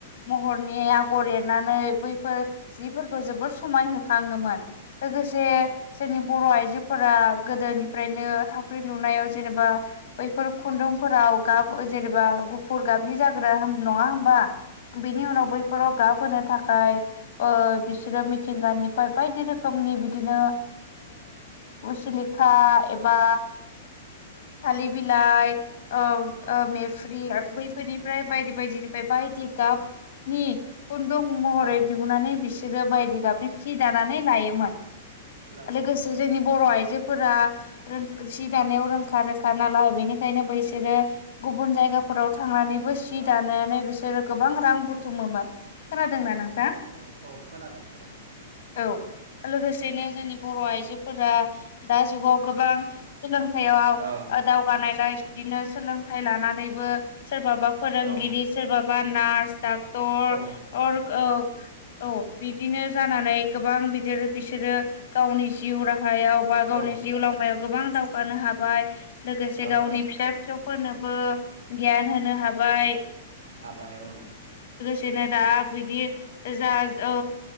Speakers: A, on the left; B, on the right.
A: महरनि आगर
B: औ
A: एरनानै बै फोर जिफोरखौ जोबोर समाय होखाङोमोन लोगोसे
B: औ
A: जोंनि बर' आइजो फोर गोदोनिफ्रायनो थावख्रि लुनायाव जेनेबा बैफोर खुन्दुंफोराव गाब जेनेबा गुफुर गाबनि जाग्रोया नङा होमबा बिनि उनाव
B: औ
A: बैफोराव
B: नंगौ
A: गाब होनोनो थाखाय ओ बिसोरो मिथिंगानिफ्राय बायदि रोखोम नि बिदिनो सिलिखा एबा थालि बिलाइ ओ
B: औ
A: ओ मेफ्रि बै फोरनिफ्राय बायदि बायदिनिफ्राय बायदि गाबनि खुन्दुं महरै
B: औ
A: दिहुननानै बिसि रो बायदि गाबनि सि दानानै लायोमोन
B: लायो
A: लोगोसे जोंनि बर' आइजोफोरा रों सि दानायाव रोंखा रोखा नालाय बेनिखायनो बैसोरो गुबुन जायगाफोराव थांनानै बो सि
B: औ
A: दानायानानै बिसोरो गोबां रां बुथुमोमोन। खोनादोंना
B: औ
A: नोंथां?
B: औ औ औ खोनादों खोनादों
A: औ। लोगोसेनो जोंनि बर'आइजोफोरा दा जुगाव गोबां सोलों थायाव
B: औ
A: ओ दावगानायलाय बिदिनो सोलोंथाइ लानानैबो सोरबाबा फोरोंगिरि
B: औ
A: सोरबाबा नार्स डाक टर
B: औ
A: अर औ औ बिदिनो जानानै गोबां बिदिर बिसोरो गावनि जिउ राहायाव बा गावनि
B: औ
A: जिउ लावमायाव गोबां दावगानो हाबाय लोगोसे
B: हाबाय
A: गावनि फिसा फिसौफोरनोबो गियान होनो हाबाय।
B: हाबाय औ।
A: बिदिनो दा बोयदि जा ओ